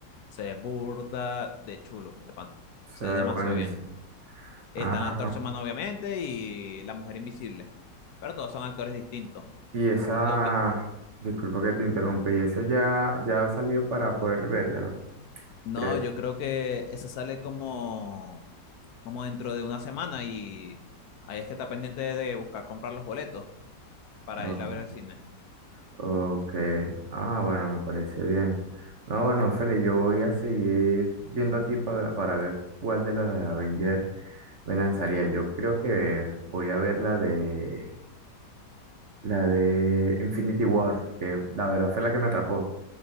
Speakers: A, on the left; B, on the right.
A: Se ve burda de chulo, de pana.
B: Sea
A: Se ve demasiado
B: buenísimo.
A: bien. Está
B: Ah.
A: la antorcha humana, obviamente, y la mujer invisible. Pero todos son actores distintos.
B: Y esa,
A: Y lo que.
B: disculpa que te interrumpe, y esa ya, ya salió para poder verla.
A: No,
B: que-
A: yo creo que eso sale como, como dentro de una semana y ahí es que está pendiente de buscar comprar los boletos para
B: ah,
A: ir a ver el cine.
B: ok, ah, bueno, me parece bien. No, bueno, Feli, yo voy a seguir viendo aquí pa- para ver cuál de las de Avenger me lanzaría. Yo creo que voy a ver la de La de Infinity War, que la verdad fue la que me atrapó.